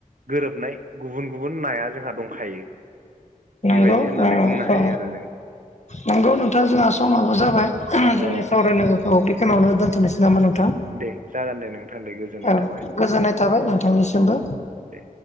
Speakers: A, on the right (about 65°); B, on the left (about 55°).
A: गोरोबनाय गुबुन गुबुन नाया जोंहा दंखायो
B: नंगौ
A: बेबायदि होननानै
B: औ
A: बुंनो हायो
B: औ।
A: आरो जों
B: नंगौ नोंथां जोंहा समाबो जाबाय जोंनि
A: ओ औ
B: सावरायनांगौ
A: औ
B: थ' बेखखौननो दोनथ'नोसै नामा नोंथां
A: दे जागोन दे नोंथां दे गोजोननाय
B: औ
A: थाबाय।
B: गोजोननाय थाबाय
A: औ
B: नों थांनिसिमबो
A: औ दे